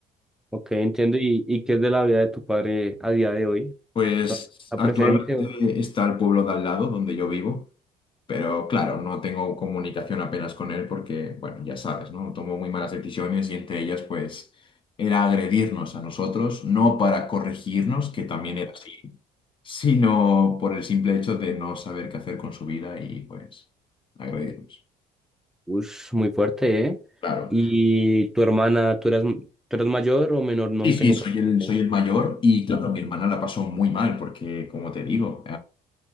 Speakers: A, in the centre; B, on the left.
A: Ok, entiendo. ¿Y, y qué es de la vida de tu padre a día de hoy?
B: Pues
A: ¿Todavía ¿Está
B: actualmente
A: presente?
B: está el pueblo de al lado donde yo vivo. Pero claro, no tengo comunicación apenas con él porque, bueno, ya sabes, ¿no? Tomó muy malas decisiones y entre ellas, pues, era agredirnos a nosotros, no para corregirnos, que también era así, sino por el simple hecho de no saber qué hacer con su vida y, pues, agredirnos.
A: Ush, muy fuerte, ¿eh?
B: Claro.
A: ¿Y tu hermana, tú eras, tú eras mayor o menor? No
B: Sí,
A: lo
B: sí,
A: tengo
B: soy
A: presente.
B: el, soy el mayor y, claro, mi hermana la pasó muy mal porque, como te digo,